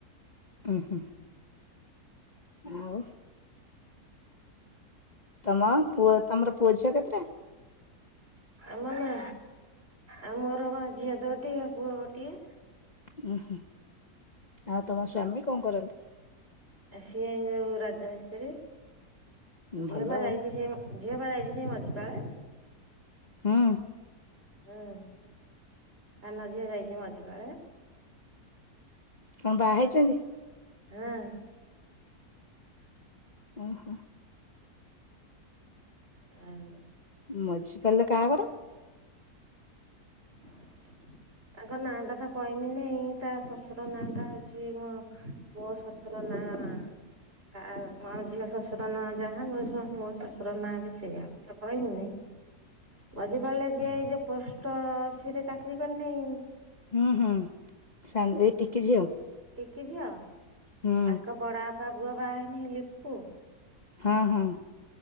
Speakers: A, on the left (about 30°); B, on the right (about 40°).
A: ଉଁ ହୁଁ। ଆଉ ତମ ପୁଅ ତମର ପୁଅ ଝିଅ କେତେଟା?
B: ଆମର ନା, ଆ ମୋର ବା ଝିଅ ଦୋଟି ଆଉ ପୁଅ ଗୋଟିଏ।
A: ଉହୁଁ ହୁଁ। ଆଉ ତମ ସ୍ଵାମୀ କଣ କରନ୍ତି?
B: ସିଏ ଯୋଉ ରାଜମିସ୍ତ୍ରୀ। ଝିଅ
A: ଭଲ
B: ପା ଯାଇଛି
A: ଆଉ
B: ସେଇ ଝିଅ ପା ଯାଇଛି ସେଇ ମଝିପାଳରେ।
A: ହୁଁ।
B: ଆଁ, ସାନ ଝିଅ ଯାଇଛି ମଝିପାଳେ।
A: କଣ ବାହା ହେଇଛନ୍ତି?
B: ହଁ।
A: ଓହୋ।
B: ଆଁ
A: ମଝିପାଲରେ କାଆ ଘର।
B: <inaudible> ଆଙ୍କ ନାଁ ଟା ତ କହମିନେଇ ତା ଶଶୁର ନାଁ ଟା ହୋଉଚି ମୋ ମୋ ଶଶୁର ନାଁ। କା ମୋ ଆମ ଝିଅ ଶଶୁର ନାଁ ଯାହା ମୋ ଶ ମୋ ଶଶୁର ନାଁ ବି ସେଇୟା ମୁଁ ତ କହିବିିନି। ମଝିପାଳରେ ଯିଏ ଏଇ ଯୋଉ ପୋଷ୍ଟ୍ ଅଫିସରେ ଚାକିରି କରିନେଇ।
A: ହୁଁ ହୁଁ ସାନ ଏ ଟିକି ଝିଅ।
B: ଟିକି ଝିଅ
A: ହୁଁ
B: ତାଙ୍କ ବଡ ଆପା ପୁଅ ବାହା ହେଇନେଇ ଲିପୁ।
A: ହଁ ହଁ।